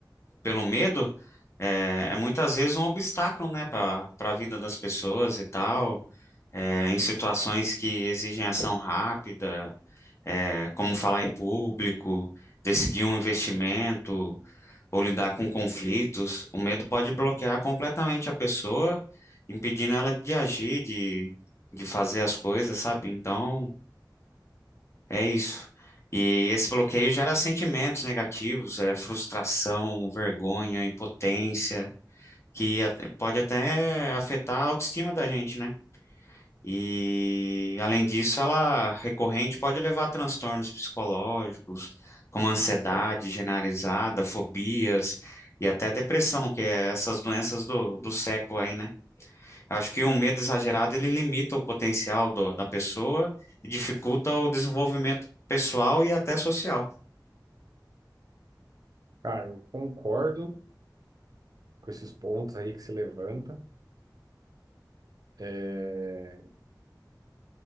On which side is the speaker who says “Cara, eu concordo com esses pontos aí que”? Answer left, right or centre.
Right